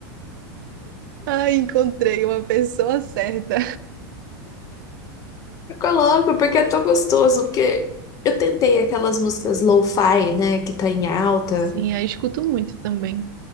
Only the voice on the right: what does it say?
Ai, encontrei uma pessoa certa.
Sim, aí escuto muito também.